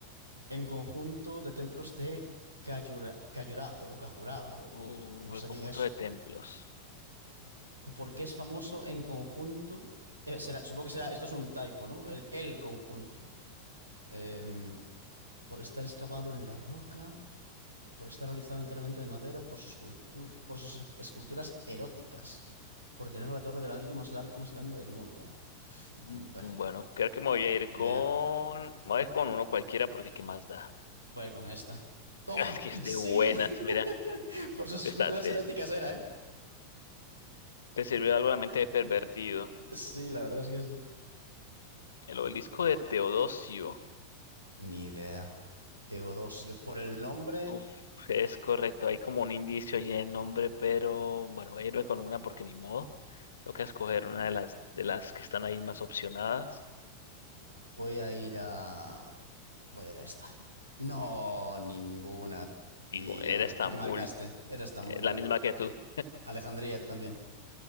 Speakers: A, on the right; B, on the left.
A: en conjunto de templos de Cayura- Cayurajo o Cajurajo, o
B: Uh,
A: como, como se
B: el conjunto
A: diga eso.
B: de templos.
A: ¿Por qué es famoso en conjunto? Eh, será, supongo que será, esto es un typo, ¿no? El, el conjunto. Em, por estar excavado en la roca, por estar realizado enteramente de madera, por sus, cultu- por sus escu- esculturas eróticas, por tener la torre de ladrillo más larga, más grande del mundo. Pf, bah,
B: Mm, Bueno, creo que me voy a ir
A: ni
B: con...
A: idea.
B: me voy a ir con uno cualquiera porque ¿qué más da?
A: Voy a ir con esta.
B: <laughs>
A: ¡Toma!
B: Ah, Es que es
A: ¡Sí!
B: de buenas, mira.
A: <laughs> Por sus
B: Te,
A: esculturas
B: está- te,
A: eróticas era, ¿eh?
B: te sirvió algo la mente de pervertido.
A: Sí, la verdad es que sí.
B: El obelisco de Teodosio.
A: Ni idea. Teodosio. Por el nombre
B: Uf, es correcto, hay como un indicio allí en el nombre, pero bueno, voy a irme con una porque ni modo. Toca escoger una de las de las que están ahí más opcionadas.
A: voy a ir a... Voy a ir a esta. No, ninguna, tío.
B: Ninguna, era Estambul,
A: ¿Tú qué marcaste? Era Estambul.
B: eh, la misma que tú.
A: Alejandría, tú también.